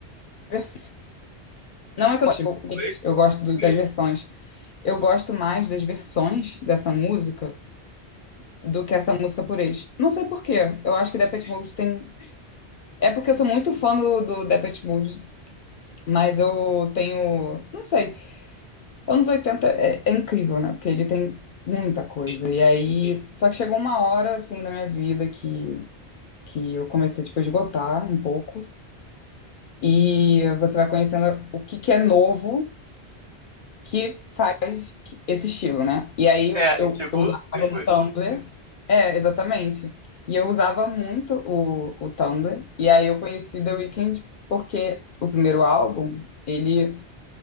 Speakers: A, on the left; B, on the right.
A: versões. Não é que eu gosto, eu,
B: Foi?
A: eu gosto do- das versões. Eu gosto mais das versões dessa música do que essa música por eles. Não sei por quê. Eu acho que Depeche
B: Sim,
A: Mode tem. É porque eu sou muito fã do, do Depeche Mode Mas eu tenho, não sei, anos 80 é, é incrível, né? Porque ele tem muita coisa.
B: sim.
A: E aí, só que chegou uma hora, assim, na minha vida que, que eu comecei, tipo, a esgotar um pouco. E você vai conhecendo o que que é novo que esse estilo, né? E aí eu,
B: É,
A: eu,
B: é tipo,
A: eu usava
B: tipo,
A: o Tumblr. É, exatamente. E eu usava muito o, o Tumblr. E aí eu conheci The Weeknd porque o primeiro álbum, ele